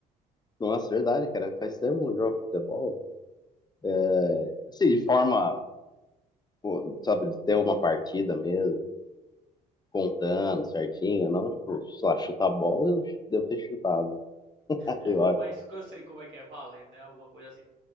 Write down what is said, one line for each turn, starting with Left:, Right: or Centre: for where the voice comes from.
Left: Nossa, é verdade, cara. Faz tempo que eu não jogo futebol. É, assim, de forma, pô, sabe, de ter uma partida mesmo. contando certinho, não, tipo, sei lá, chutar bola, eu devo ter chutado, <laughs>
Right: É,
Left: eu acho.
Right: Mas eu sei como é que é valendo, né? Alguma coisa assim,